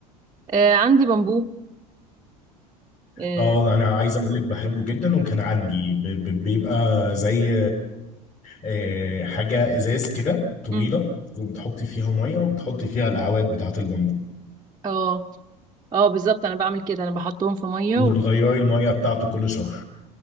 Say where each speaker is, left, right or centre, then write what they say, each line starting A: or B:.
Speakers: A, on the right; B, on the left.
A: آه، عندي بامبو اه
B: اه انا عايز اقول لك بحبه جدا وكان عندي ب- ب- بيبقى زي آه، حاجة ازاز كده طويلة
A: مم.
B: وبتحطي فيها مية وبتحطي فيها الاعواد بتاعة البامبو
A: اه آه، بالظبط انا بعمل كده انا بحطهم في ميه
B: وتغيري المية بتاعته كل شهر